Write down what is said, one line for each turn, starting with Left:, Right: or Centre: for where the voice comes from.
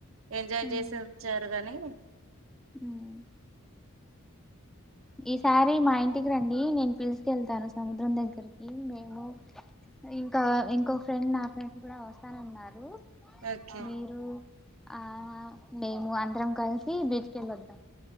Right: ఎంజాయ్
Centre: ఉమ్,
Right: చేసి వచ్చారు కానీ
Centre: ఉమ్. ఈసారి మా ఇంటికి రండి నేను పిలుసుెళ్తాను సముద్రం దగ్గర కి ఉ మేము ఇంకా ఇంకో ఫ్రెండ్ నా ఫ్రెండ్ కూడా వస్తానన్నారు
Right: ఓకే
Centre: మీరు ఆ మేము అందరం కలిసి బీచ్ కి వెళ్లొద్దాం